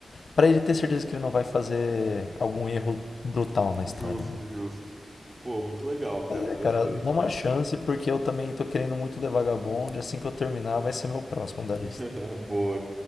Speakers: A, on the left; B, on the right.
A: Pra ele ter certeza que ele não vai fazer algum erro brutal na história,
B: Justo,
A: né?
B: justo. Pô, muito legal, cara.
A: Mas
B: Gostei.
A: é, cara, dá uma chance, porque eu também tô querendo muito ler Vagabond. Assim que eu terminar, vai ser meu próximo da
B: <laughs>
A: lista.
B: Boa.